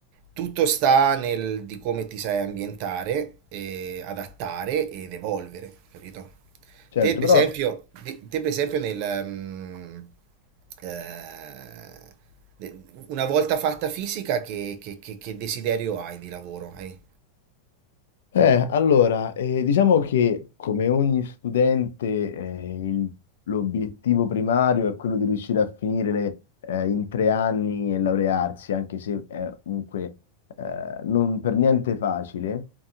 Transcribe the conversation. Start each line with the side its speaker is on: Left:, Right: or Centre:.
Right: Tutto sta nel di come ti sai ambientare, e adattare ed evolvere, capito?
Left: Certo,
Right: Te per
Left: però
Right: esempio, te te, per esempio nel, mm, eh, de- una volta fatta fisica che, che- che- che desiderio hai di lavoro? Hai?
Left: Eh, allora, eh, diciamo che come ogni studente, eh, il- l'obiettivo primario è quello di riuscire a finire le- eh, in tre anni e laurearsi, anche se è comunque eh, non per niente facile.